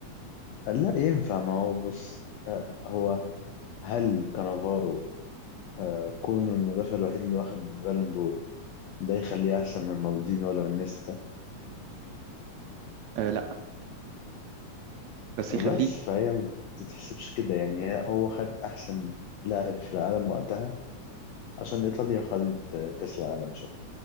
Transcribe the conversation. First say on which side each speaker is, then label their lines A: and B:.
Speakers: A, on the left; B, on the right.
A: لا ينفع ما هو بص آه، هو هل كانافارو آه، كونه المدافع الوحيد اللي واخد بالون دور ده يخليه احسن من مالديني ولا من نيستا
B: أه لا بس يخليه
A: بس فهي ما تتحسبش كده يعني هي- هو خد احسن لاعب في العالم وقتها عشان ايطاليا خدت آه، كاس العالم شو